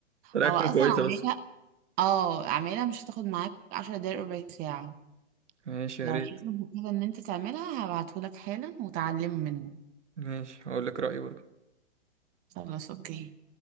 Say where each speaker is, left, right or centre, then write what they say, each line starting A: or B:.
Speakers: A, on the right (about 75°); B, on the right (about 25°).
A: طريقة
B: هو
A: تكون
B: اصلا
A: كويسة
B: عاملها
A: بس
B: اه عاملها مش هتاخد معاك عشر دقايق ربع ساعة
A: ماشي يا
B: لو
A: ريت
B: حلو كده ان انت تعملها هبعته لك حالا وتعلم منه
A: ماشي هقول لك رأيي برضه
B: خلاص اوكي